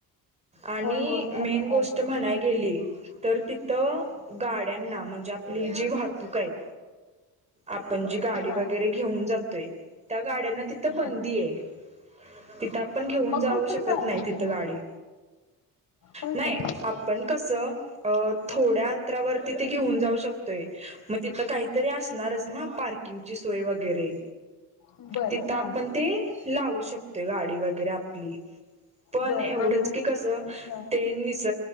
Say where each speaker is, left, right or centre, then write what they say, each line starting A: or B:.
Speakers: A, on the right; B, on the left.
A: आणि
B: होय होय
A: मेन
B: असणार
A: गोष्ट
B: की
A: म्हणाय गेली तर तिथं गाड्यांना म्हणजे आपली जी वाहतूक आहेत. आपण जी गाडी
B: हा
A: वगैरे घेऊन जातोय त्या गाड्यांना तिथं बंदी
B: हा
A: आहे. तिथं आपण घेऊन
B: मग
A: जाऊ
B: कसं
A: शकत
B: जायचं
A: नाही तिथ
B: मग
A: गाडी.
B: होय
A: नाही
B: काय
A: आपण कस अ थोड्या अंतरावरती ते घेऊन जाऊ शकतोय मग तिथ काहीतरी असणारच ना पार्किंगची सोय वगैरे
B: बर
A: तिथं
B: हा
A: आपण ते लावू शकतो. गडी व आपली पण
B: बर
A: एवढंच
B: आणि
A: की कस
B: हा
A: ते निस